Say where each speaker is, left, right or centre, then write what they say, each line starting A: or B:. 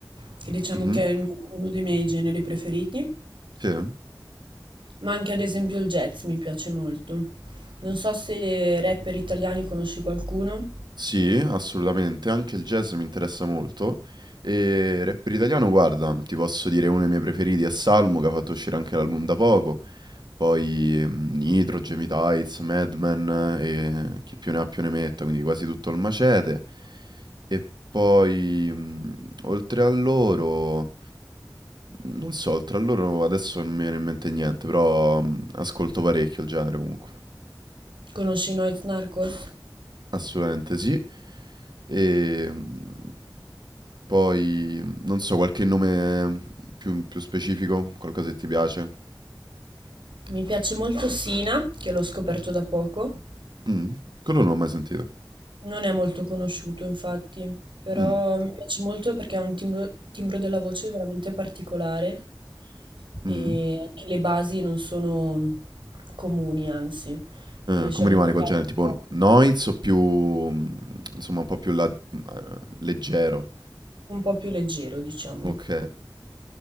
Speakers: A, on the right; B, on the right.
A: che diciamo
B: Mhm,
A: che è il mio- uno dei miei generi preferiti,
B: Sì,
A: ma anche ad esempio il jazz mi piace molto. Non so se rapper italiani conosci qualcuno,
B: Sì, assolutamente, anche il jazz mi interessa molto. E rapper italiano, guarda, ti posso dire uno dei miei preferiti è Salmo, che ha fatto uscire anche l'album da poco. Poi mm, Nitro, Jamie Tights, Madman eh, e chi più ne ha più ne metta, quindi quasi tutto il macete. E poi, mh, oltre a loro, non so, oltre a loro adesso non mi viene in mente niente, però mh, ascolto parecchio il genere comunque.
A: conosci Noyz Narcos?
B: Assolutamente sì. E mh, poi, mh, non so, qualche nome più, più specifico, qualcosa che ti piace?
A: Mi piace molto Sina, che l'ho scoperto da poco,
B: Mm, quello non l'ho mai sentito.
A: Non è molto conosciuto, infatti, però
B: Mm,
A: mi piace molto perché ha un timbro, timbro della voce veramente particolare
B: mm.
A: e anche le basi non sono comuni, anzi,
B: Eh,
A: riesce
B: come
A: a mischiare
B: rimane col genere?
A: un
B: Tipo
A: po',
B: noise o più, mm, insomma, un po' più la- eh, leggero?
A: un po' più leggero, diciamo.
B: Ok.